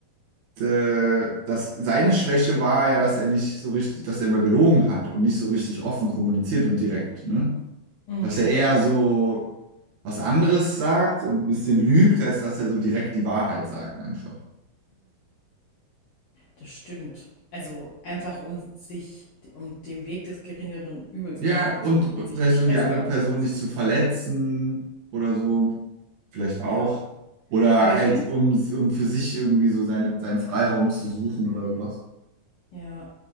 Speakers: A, on the right; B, on the left.
A: äh, dass seine Schwäche war ja, dass er nicht so richtig, dass er immer gelogen hat und nicht so richtig offen kommuniziert und direkt, ne?
B: Mhm.
A: Dass er eher so was anderes sagt und ein bisschen lügt, als dass er so direkt die Wahrheit sagt einfach.
B: Das stimmt. Also einfach um sich, um dem Weg des geringeren Übels
A: Ja,
B: quasi
A: und,
B: zu gehen,
A: und
B: sich
A: vielleicht
B: dem Stress
A: um die andere
B: nicht auszusetzen.
A: Person nicht zu verletzen oder so, vielleicht auch.
B: Ja.
A: Oder
B: Aber
A: halt,
B: ich finde,
A: um, um für sich irgendwie so seine, seinen Freiraum zu suchen oder sowas.
B: ja,